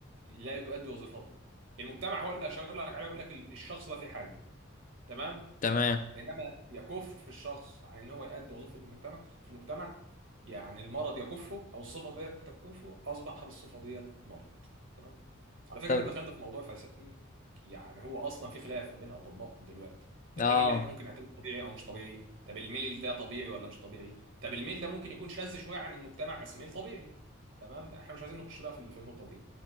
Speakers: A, on the right; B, on the left.
A: لا يؤدي وظيفته المجتمع هو اللي هيشاور لك عليه ويقول لك الشخص ده في حاجه تمام
B: تمام
A: حينما يكف الشخص عن ان هو يؤدي وظيفته في المجتمع في المجتمع يعني المرض يكفه او الصفه ديت تكفه اصبحت الصفه ديت مرض تمام على فكره
B: طب
A: انا دخلت في موضوع فلسفي يعني هو اصلا في خلاف ما بين الاطباء دلوقتي طب
B: اه
A: ايه اللي احنا ممكن نعتبره طبيعي او مش طبيعي طب الميل ده طبيعي ولا مش طبيعي طب الميل ده ممكن يكون شاذ شويه عن المجتمع بس ميل طبيعي تمام احنا مش عايزين نخش بقى في في النقطه دي